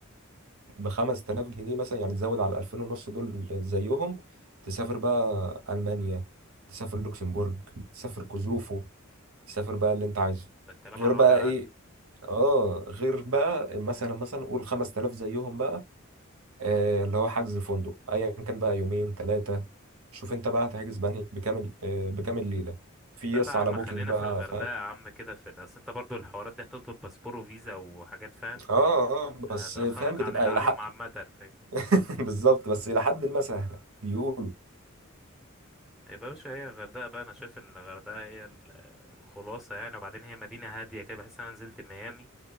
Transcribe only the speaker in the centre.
ده الكلام
على
وجع
قلب
لا
لا يا
عم
خلينا
في الغردقه
يا عم كده في ال- اصل انت برضو الحوارات دي هتطلب باسبور وفيزا وحاجات فاهم
هتاخرك
عن العالم
عامه فاهم
يا باشا هي الغردقة بقى أنا شايف إن الغردقة هي ال- الخلاصة يعني وبعدين هي مدينة هادية كده بحس إن أنا نزلت ميامي